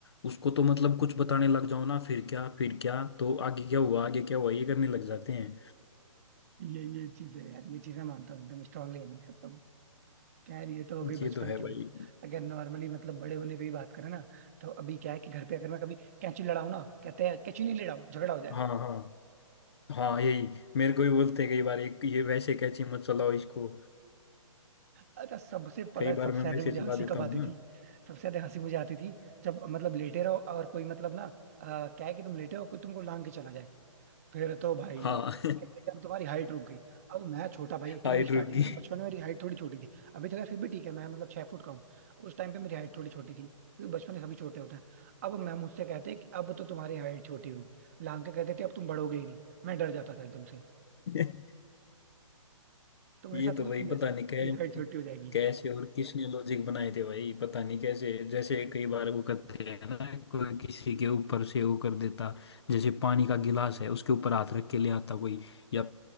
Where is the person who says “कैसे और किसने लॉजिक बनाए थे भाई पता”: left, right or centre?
Left